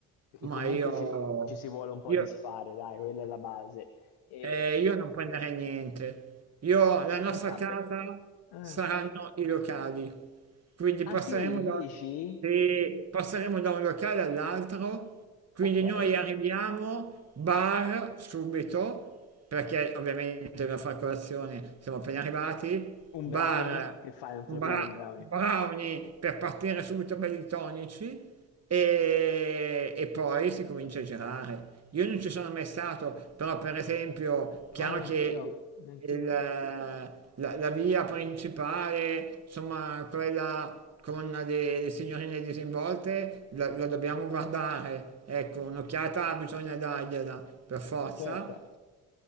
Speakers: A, on the left; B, on the right.
A: Perché
B: Ma
A: comunque
B: io,
A: ci, ci si vuole un po'
B: io,
A: disfare, dai, quella è la base. E
B: Eh, io non prenderei niente. Io,
A: Perché
B: la
A: si
B: nostra
A: sta
B: casa
A: per... Ah.
B: saranno i locali. Quindi
A: Ah,
B: passeremo
A: sì, dici?
B: da, se passeremo da un locale all'altro. Quindi
A: Okay.
B: noi arriviamo, bar subito, perché ovviamente dobbiamo fare colazione, siamo appena arrivati.
A: Un
B: Bar,
A: brownie, che fai, non te
B: bra-
A: lo pigli un brownie?
B: brownie per partire subito belli tonici e, e poi si comincia a girare. Io non ci sono mai stato, però per esempio, chiaro
A: No, neanch'io,
B: che
A: neanch'io.
B: il- la, la via principale, insomma, quella con le, le signorine disinvolte, la, la dobbiamo guardare. Ecco, un'occhiata bisogna dargliela per forza.
A: Certo,